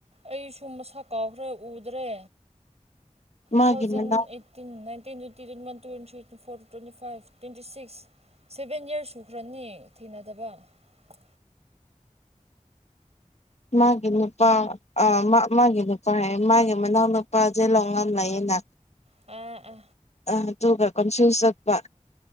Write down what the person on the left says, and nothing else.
ꯃꯥꯒꯤ
ꯃꯅꯥꯎ
ꯃꯥꯒꯤ ꯅꯨꯄꯥ ꯑ ꯃꯥꯒꯤ ꯅꯨꯄꯥ ꯍꯥꯏ ꯃꯥꯒꯤ ꯃꯅꯥꯎ ꯅꯨꯄꯥ ꯆꯦꯜꯍꯧ ꯉꯝ ꯂꯩꯌꯦ <unintelligible>
ꯑ ꯇꯒ ꯀꯟꯐꯌꯁ ꯑꯄ